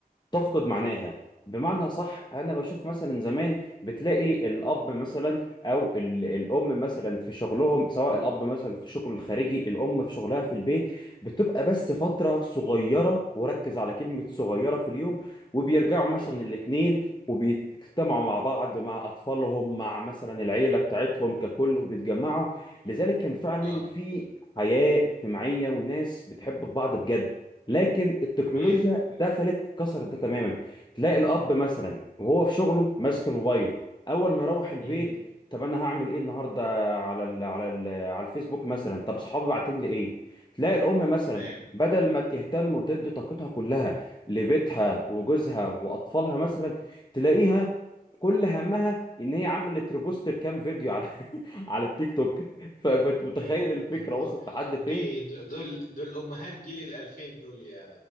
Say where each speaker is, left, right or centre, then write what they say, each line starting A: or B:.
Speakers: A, on the left (about 25°); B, on the left (about 60°).
A: تفقد معناها بمعنى صح انا بشوف مثلا زمان بتلاقي الاب مثلا او ال- الام مثلا في شغلهم سواء الاب مثلا في شغله الخارجي الام في شغلها في البيت بتبقى بس فتره صغيره وركز على كلمه صغيره في اليوم وبيرجعوا مثلا
B: امم
A: الاتنين وبيجتمعوا مع بعض مع اطفالهم مع مثلا العيله بتاعتهم ككل وبيتجمعوا لذلك كان فعلا
B: اه
A: في حياه اجتماعيه وناس بتحب في بعض بجد لكن التكنولوجيا
B: تمام
A: دخلت كسرت ده تماما تلاقي الاب مثلا وهو في شغله ماسك الموبايل اول ما يروح البيت
B: مم.
A: طب انا هعمل ايه النهارده على ال على ال على الفيسبوك مثلا طب صحابي باعتين لي ايه تلاقي الام مثلا
B: تمام
A: بدل ما تهتم وتدي طاقتها كلها لبيتها وجوزها واطفالها مثلا تلاقيها كل همها ان هي عملت ريبوست كام فيديو على <laughs> على التيك توك ف- فمتخيل
B: امم
A: الفكره وصلت لحد فين
B: دي دول دول امهات جيل الالفين دول يا